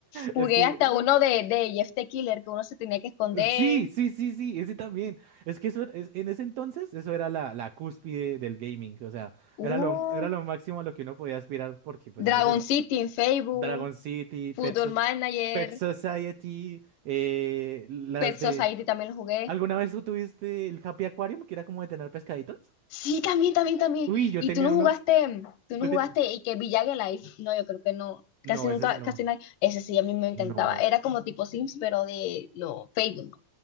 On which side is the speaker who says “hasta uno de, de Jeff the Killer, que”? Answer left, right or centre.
Left